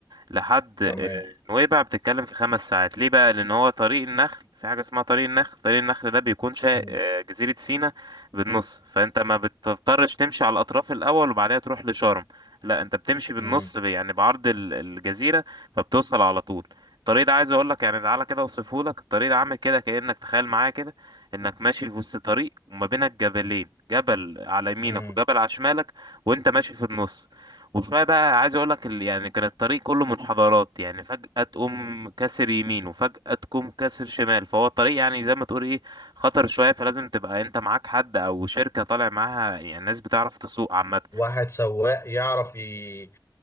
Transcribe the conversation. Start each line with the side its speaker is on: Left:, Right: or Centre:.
Right: لحد
Left: تمام
Right: آه، نويبع بتتكلم في خمس ساعات ليه بقى لان هو طريق النخل في حاجه اسمها طريق النخل طريق النخل ده بيكون شا...
Left: مم.
Right: آه، جزيره سيناء بالنص فانت ما بتضطرش تمشي على الاطراف الاول وبعدها تروح لشرم لا انت بتمشي بالنص
Left: مم.
Right: ب- يعني بعرض ال- الجزيره فبتوصل على طول الطريق ده عايز اقول لك يعني تعالى كده اوصفه لك الطريق ده عامل كده كانك تخيل معايا كده انك ماشي في وسط طريق وما بينك جبلين جبل على يمينك
Left: مم.
Right: وجبل على شمالك وانت ماشي في النص وشويه بقى عايز اقول لك يعني كان الطريق كله منحدرات يعني فجأة تقوم كاسر يمين وفجأة تقوم كاسر شمال فهو الطريق يعني زي ما تقول ايه خطر شويه فلازم تبقى انت معاك حد او شركه طالع معاها يعني ناس بتعرف تسوق عامه
Left: واحد سواق يعرف ي...